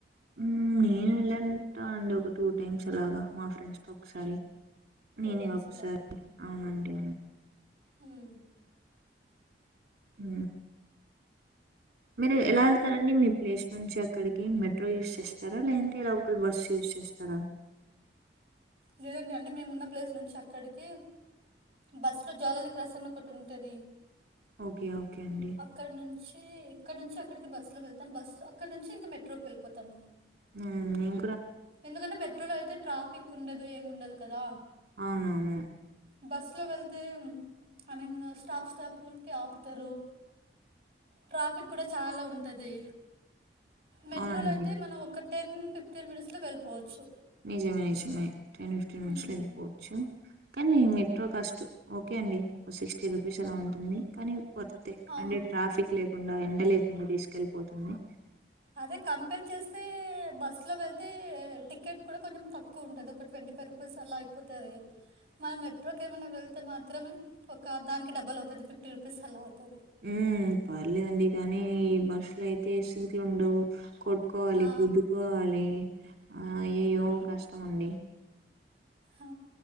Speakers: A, on the right; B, on the right.
A: ఉమ్ నేను వెళ్ళంటునండి ఒక టూ టైమ్స్ అలాగా మా ఫ్రెండ్స్ తో ఒకసారి
B: టూ
A: నేనే
B: టైమ్స్
A: ఒకసారి అవునండి
B: ఉహు
A: ఉ మీరు ఎలా వెళ్తారండి మీ ప్లేస్ నుంచి అక్కడికి మెట్రో యూస్ చేస్తారా లేదంటే లోకల్ బస్సు యూస్ చేస్ స్తర
B: లేదండి అండి మేము ఉన్న ప్లేస్ నుంచి అక్కడికి బస్సులో జాలాల్ క్రాస్ అని ఒకటి ఉంటాది
A: ఓకే. ఓకే అండి.
B: అక్కడ నుంచి ఇక్కడ నుంచి అక్కడికి బస్ లో వెళ్తాం బస్ అక్కడ నుంచి ఇంకా మెట్రోకి వెళిపోతాం
A: ఊ ఇం
B: ఎందుకంటే మెట్రోలో అయితే ట్రాఫిక్ ఉండదు ఏముండదు కాదా
A: అవునవును
B: బస్సులో వెళ్తే ఐ మిన్ స్టాప్ స్టాపులకి ఆపుతారు. ట్రాఫిక్ కూడా చాలా ఉంటాది. మెట్రోలో
A: అవునండి.
B: అయితే మనం ఒక టెన్ ఫిఫ్టీన్ మినిట్స్ లో వెళ్ళిపోవచ్చు.
A: నిజమే నిజమే టెన్ ఫిఫ్టీన్ మినిట్స్
B: ఉమ్,
A: లో వెళ్ళిపోవచ్చు కానీ మెట్రో కాస్ట్ ఓకే అండి ఒక సిక్స్టీ రూపీస్ అలా ఉంటుంది కానీ వర్తే
B: అవును
A: అంటే ట్రాఫిక్ లేకుండా ఎండ లేకుండా తీసుకెళ్ళిపోతుంది.
B: అదే కంపేర్ చేస్తే బస్ లో వెళ్తే టికెట్ కూడా కొంచెం తక్కువ ఉంటాది ఒక ట్వం టిఫోర్ అలా అయిపోతాది మనం మెట్రోకి ఏమైనా వెళ్తే మాత్రమే ఒక దానికి డబ్బల్ అవుతది ఫిఫ్టీ రూపీస్ అలా అవుతది
A: ఉ పర్లేదండి కానీ ఈ బస్ లో అయితే సీట్లు ఉండవు కోట్ కట్కోవాలి
B: ఆ,
A: గుద్దుకోవాలి ఆ ఎయ్యో కష్టామండి
B: ఆ